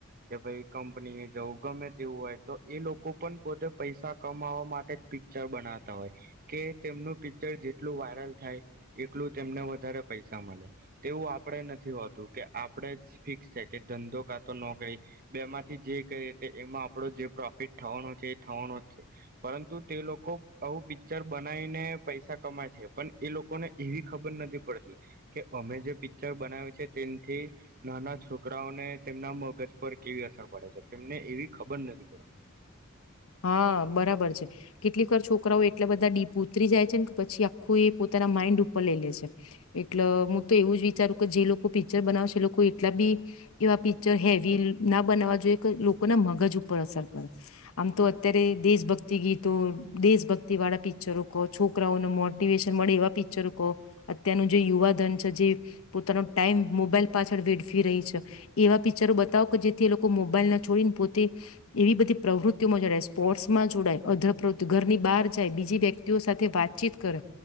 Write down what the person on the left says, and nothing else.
હા બરાબર છે. કેટલીક વાર છોકરાઓ એટલા બધા ડીપ ઉતરી જાય છેને કે પછી આખું એ પોતાના માઇન્ડ ઉપર લઈ લે છે, એટલ હું તો એવું જ વિચારું કે જે લોકો પિક્ચર બનાવશે એ લોકો એટલા બી એવા પિક્ચર હેવી ના બનાવવા જોઈએ કે લોકોના મગજ ઉપર અસર કરે. આમ તો અત્યારે દેશભક્તિ ગીતો, દેશભક્તિ વાળા પિક્ચરો કહો, છોકરાઓને મોટિવેશન મળે એવા પિક્ચરો કહો, અત્યારનું જે યુવાધન છે જે પોતાનો ટાઈમ મોબાઈલ પાછળ વેડફી રહી છે, એવા પિક્ચરો બતાવો કે જેથી એ લોકો મોબાઈલ ના છોડીને પોતે એવી બધી પ્રવૃત તિમાં જોડાય, સ્પોર્ટ્સમાં જોડાય, અધપ્રવૃતિ, ઘરની બહાર જાય, બીજી વ્યક્તિઓ સાથે વાતચીત કરે,